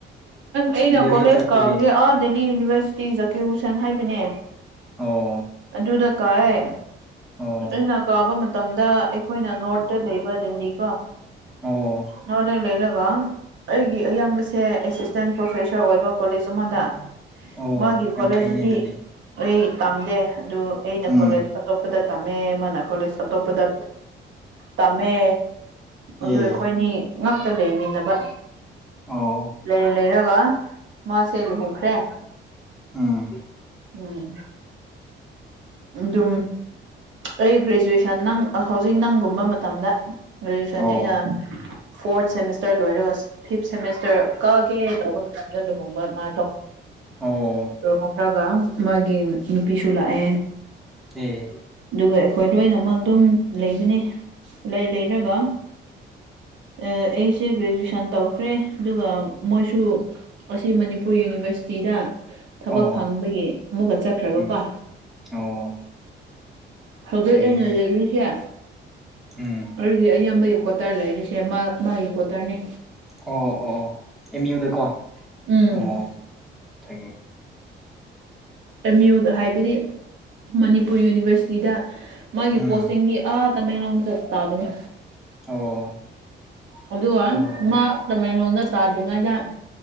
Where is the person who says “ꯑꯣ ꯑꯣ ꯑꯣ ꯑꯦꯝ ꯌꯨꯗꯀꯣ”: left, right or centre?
Centre